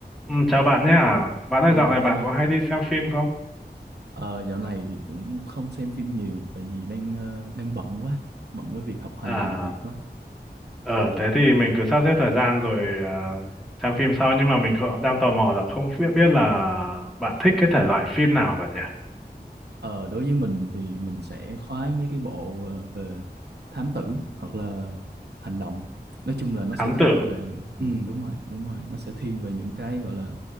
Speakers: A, in the centre; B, on the right.
A: Ừ, chào bạn nhá. Bạn
B: Ờ,
A: ơi dạo này bạn
B: hello.
A: có hay đi xem phim không?
B: Ờ, dạo này thì cũng không xem phim nhiều tại vì đang ờ, đang bận quá, bận với việc học hành
A: À,
B: làm việc quá.
A: ờ thế thì mình cứ sắp xếp thời gian rồi ờ, xem phim sau nhưng mà mình không, đang tò mò là không biết biết là bạn thích cái thể loại phim nào bạn nhỉ?
B: Ờ, đối với mình thì mình sẽ khoái mấy cái bộ ờ, về thám tử hoặc là hành động. Nói chung là nó sẽ
A: Thám
B: thiên
A: tử.
B: về
A: Ừ.
B: ừ đúng rồi, đúng rồi, nó sẽ thiên về những cái gọi là